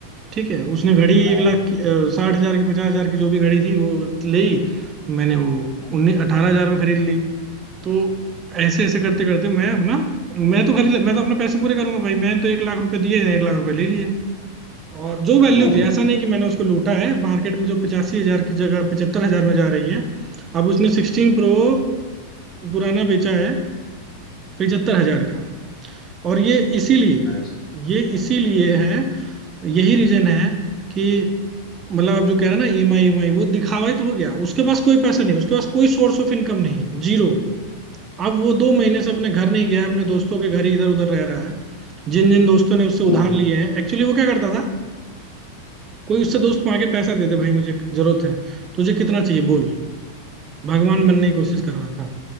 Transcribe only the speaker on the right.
ठीक है उसने घड़ी
एक लाख की अ, साठ हजार की पचास हजार की जो भी घड़ी थी वो ली मैंने वो उन्नीस अठारह
हजार में खरीद ली तो ऐसे ऐसे करते करते मैं अपना मैं तो खरीद मैं तो अपने पैसे पूरे करूंगा भाई मैंने तो एक लाख रुपए दिए एक लाख रुपए ले लिए और जो वैल्यू
थी ऐसा नहीं कि मैंने उसको लूटा है मार्केट में जो पचासी हजार की जगह पचहत्तर हजार में जा रही है अब उसने सिक्सटीन प्रो पुराना बेचा है पचहत्तर हजार का और ये इसीलिए
ये इसीलिए है यही रीजन है कि मतलब आप जो कह रहे हैं ना ई एम आई ई एम आई वो दिखावा ही तो हो गया उसके पास कोई पैसा नहीं है, उसके पास कोई सोर्स ऑफ इनकम नहीं है जीरो अब वो दो महीने से अपने घर नहीं गया अपने दोस्तों के घर ही इधर उधर रह रहा है जिन जिन दोस्तों ने उससे उधार
लिए हैं एक्चुअली वो क्या करता था कोई उससे
दोस्त मांगे के पैसा दे दे भाई मुझे जरूरत है तुझे कितना चाहिए बोल भगवान बनने की कोशिश कर रहा था